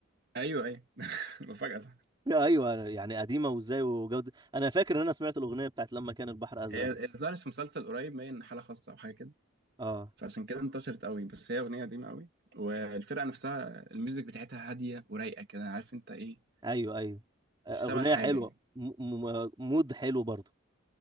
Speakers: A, on the right (about 50°); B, on the right (about 20°).
A: أيوه أيوه <laughs> مفاجأة صح
B: <laughs> ايوه يعني قديمة وازاي وجودة انا فاكر ان انا سمعت الاغنية بتاعت لما كان البحر ازرق
A: هي
B: دي
A: هي ظهرت في مسلسل قريب باين حالة خاصة أو حاجة كده
B: اه
A: فعشان كده انتشرت قوي بس هي أغنية قديمة قوي والفرقة نفسها الميوزك بتاعتها هادية ورايقة كده عارف أنت إيه
B: ايوه ايوه اغنيه
A: مش شبه حاجة
B: حلوه
A: يعني
B: م- م- مود حلو برضه